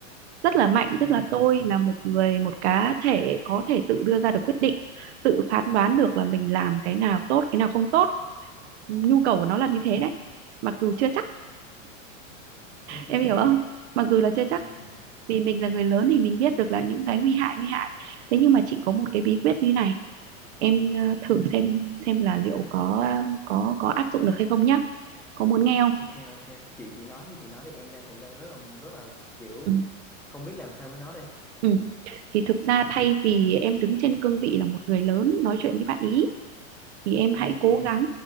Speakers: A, on the right (about 60°); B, in the centre.
A: rất là mạnh
B: ừ
A: tức là tôi là một người một cá thể có thể tự đưa ra được quyết định tự phán đoán được là mình làm cái nào tốt cái nào không tốt nhu cầu của nó là như
B: ừ
A: thế đấy mặc dù chưa chắc
B: <laughs>
A: em hiểu không mặc dù là chưa chắc
B: ừ
A: vì mình là người lớn thì mình biết được là những cái nguy hại nguy hại thế nhưng mà chị có một cái bí quyết như này em ờ, thử
B: ừ
A: xem xem là liệu có có có áp dụng được hay không nhá có muốn nghe không
B: ok ok chị chị nói đi chị nói đi em đang cũng đang rất là rất là kiểu
A: ừ.
B: không biết làm sao với nó đây
A: ừ. thì thực
B: ừ
A: ra thay vì em đứng trên cương vị là một người lớn nói chuyện với bạn ý thì em
B: ừ
A: hãy cố gắng